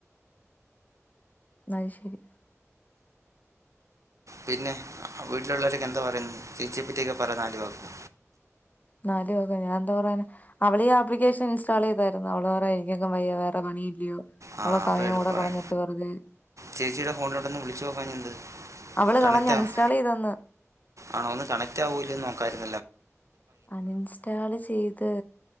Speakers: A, on the left (about 30°); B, on the right (about 80°).
A: അത് ശരി
B: പിന്നെ വീട്ടിലുള്ളോരൊക്കെ എന്തോ പറയുന്നു ചേച്ചിയേപ്പറ്റിയൊക്കെ പറ നാല് വാക്ക്
A: നാല് വാക്കോ ഞാ എന്തോ പറയാനാ അവളീ ആപ്ലിക്കേഷൻ ഇൻസ്റ്റാള് ചെയ്തായിരുന്നു അവള് പറയാ എനിക്കേങ്ങും വയ്യ വേറെ പണി ല്ലയോ
B: ആ
A: അവളോ സമയം
B: അപ്പൊ എളുപ്പമായി
A: കൂടെ കളഞ്ഞിട്ട് വെറുതെ
B: ചേച്ചിയുടെ ഫോണിലോടെ ഒന്ന് വിളിച്ചു നോക്കാഞ്ഞേ എന്ത്
A: അവള്
B: കണക്റ്റാവും
A: കളഞ്ഞ് അൺഇൻസ്റ്റാൾ ചെയ്തന്ന്
B: ആണോ ഒന്ന് കണക്റ്റാവുലേന്ന് നോക്കാരുന്നു
A: അണിൻസ്റ്റാള് ചെയ്ത്